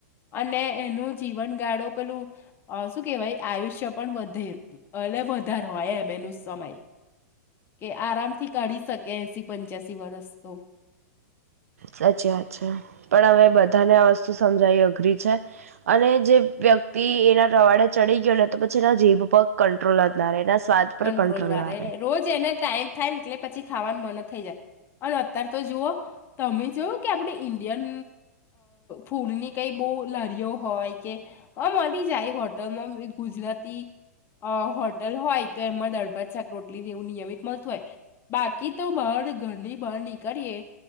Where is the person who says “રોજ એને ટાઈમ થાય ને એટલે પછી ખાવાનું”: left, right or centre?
Left